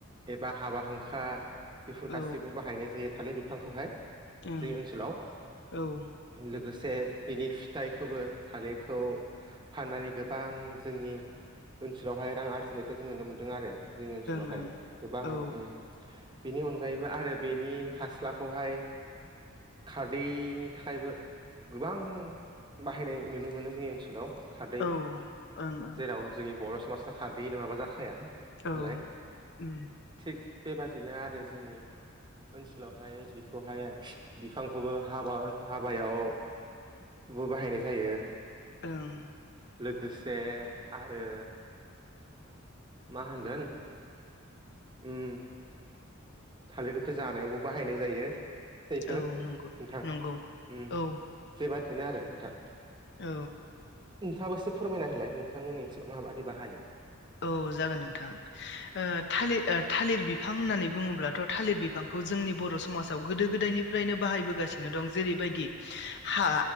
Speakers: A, on the right; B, on the left.
A: एबा हाबा हांखा बेफोर गासिबोआव
B: औ
A: बाहायनाय जायो। थालिर बिफांखौहाय
B: ओं
A: जोंनि ओनसोलाव
B: औ ओं
A: लोगोस से बिनि फिथाइखौबो थालिरखौ फाननानै गोबां जोंनि ओनसोलावहाय रां आरजिनाय जों नुनो मोनदों आरो जोंनि ओनसोलावहाय
B: ओं
A: गोबां
B: औ
A: उम बिनि अनगायैबो आरो बेनि फास्लाखौहाय
B: <unintelligible>
A: खारदैनि थाखायबो गोबां बाहायनाय नुनो मोनो जोंनि ओनसोलाव। खारदै
B: ओं ओं
A: जेराव जोंनि बर' समाजाव खारदैयो नङाबा जाखाया नालाय
B: औ उम
A: थिग बेबायादिनो आरो जोंनि ओनसोलाव हाय बेखौहाय बिफांखौबो हाबा-हाबायाव बो बाहायनाय जायो।
B: ओं
A: लोगोसे आरो मा होनगोन? उम थालिरखोथ' जानायावबो बाह बाहायनाय जायो फिथाइखौ
B: औ
A: नोंथां।
B: नंगौ
A: उम
B: नंगौ औ
A: बेबादि बेनो आरो नोंथां।
B: औ।
A: नोंथाङाबो एसे फोरमायना होलाय नोंथांमोननि ओनसोलाव मा बायदि बाहायो?
B: औ जागोन नोंथां ओ थालिर थालिर बिफां होननानै बुङोब्लाथ' थालिर बिफांखौ जोंनि बर' समाजाव गोदो - गोदायनिफ्रायनो बाहायबोगासिनो दं। जेरैबायदि हा